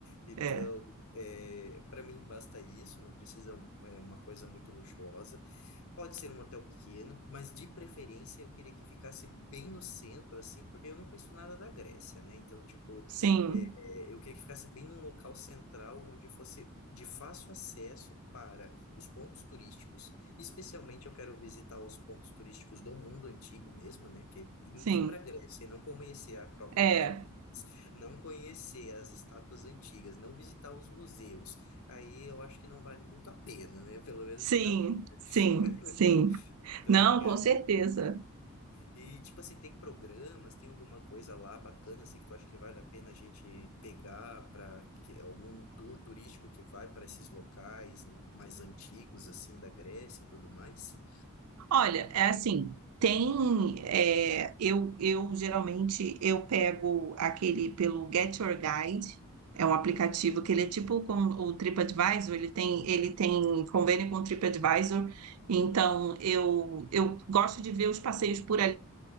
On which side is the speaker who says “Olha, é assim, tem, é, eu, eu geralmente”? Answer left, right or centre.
Right